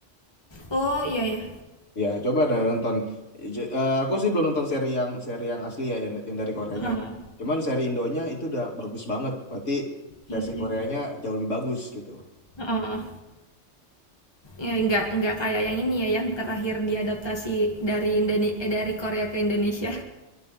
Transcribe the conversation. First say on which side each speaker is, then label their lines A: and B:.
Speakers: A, on the left (about 20°); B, on the left (about 70°).
A: Oh iya ya.
B: Ya, coba deh nonton. J- eh, aku sih belum nonton seri yang seri yang asli ya, yang, yang dari Koreanya.
A: Heeh,
B: Cuman seri Indonya itu udah bagus banget. Berarti
A: iya
B: versi
A: sih.
B: Koreanya jauh lebih bagus gitu.
A: Heeh. Ya, nggak nggak kayak yang ini ya yang terakhir diadaptasi dari Indone eh, dari Korea ke Indonesia.